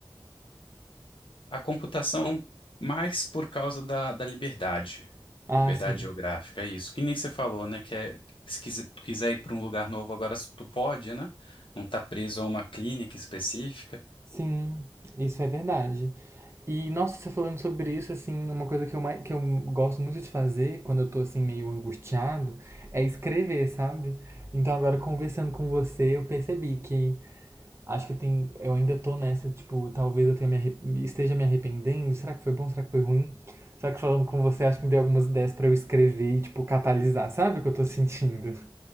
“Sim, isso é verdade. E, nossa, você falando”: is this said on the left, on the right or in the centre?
Right